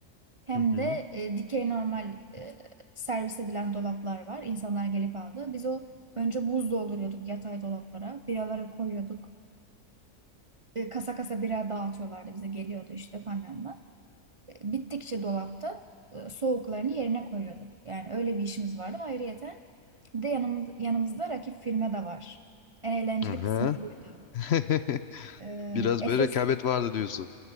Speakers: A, on the right; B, on the left.
A: Hem
B: Hı hı.
A: de e, dikey normal e, servis edilen dolaplar var. İnsanlar gelip aldı. Biz o önce buz dolduruyorduk yatay dolaplara. Biraları koyuyorduk. E, kasa kasa bira dağıtıyorlardı bize geliyordu işte kamyonla. E, bittikçe dolapta e, soğuklarını yerine koyuyorduk. Yani öyle bir işimiz vardı. Ayrıyeten bir de yanımda, yanımızda rakip firma da var. En eğlenceli
B: Aha.
A: kısmı buydu.
B: <laughs>
A: E,
B: Biraz böyle
A: Efes
B: rekabet vardı diyorsun.